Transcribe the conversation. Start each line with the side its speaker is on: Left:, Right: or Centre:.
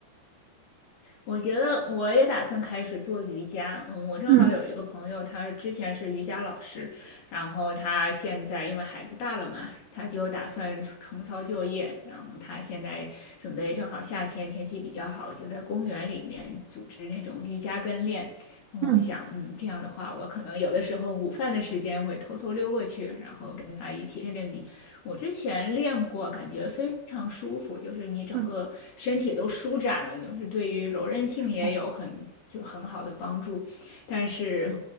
Left: 我觉得我也打算开始做瑜伽。嗯，我正好有一个朋友，
Right: 嗯。
Left: 他之前是瑜伽老师，然后他现在因为孩子大了嘛，他就打算重操旧业。然后他现在准备正好夏天天气比较好，就在公园里面组织那种瑜伽跟练。然后我想，
Right: 嗯
Left: 嗯，这样的话，我可能有的时候午饭的时间会偷偷溜过去，然后跟他一起练练瑜伽。我之前练过，感觉非常舒服，就是你整个身体都舒展了，
Right: 嗯，
Left: 就是对于柔韧性也有很就很好的帮助。
Right: 是的，
Left: 但是